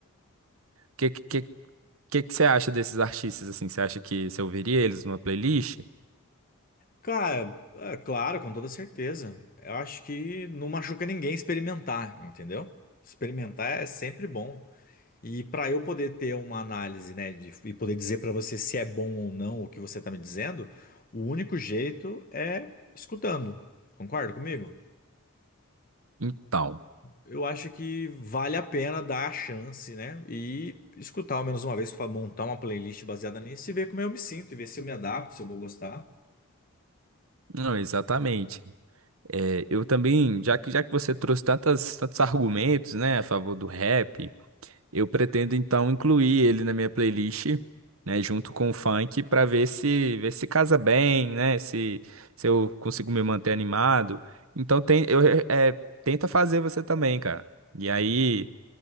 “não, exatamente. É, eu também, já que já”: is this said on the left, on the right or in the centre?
Right